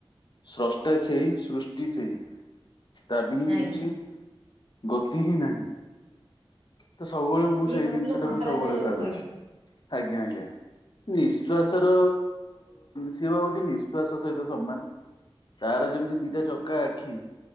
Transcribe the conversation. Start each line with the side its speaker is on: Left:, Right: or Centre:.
Left: ସ୍ରଷ୍ଟା ସେଇ ସୃଷ୍ଟି ସେଇ ତା ପାଇଁ ହିଁ
Right: ଆଜ୍ଞା
Left: କିଛି ଗତି ହିଁ ନାହିଁ ତ ସବୁବେଳେ ମୁଁ
Right: ସିଏ
Left: ସେଇ
Right: ନଥିଲେ
Left: ଜିନିଷ
Right: ସଂସାର
Left: ଟାକୁ ସବୁବେଳେ
Right: ଚାଲିବ
Left: ଭା
Right: କୁଆଡେ
Left: ଆଜ୍ଞା ଆଜ୍ଞା ନିଃଶ୍ଵାସ ର ସି ହଉଛି ନିଶ୍ଵସ ସହିତ ସମାନ ତାର ଯେମିତି ଦିଟା
Right: ଆଜ୍ଞା
Left: ଚକା ଆଖି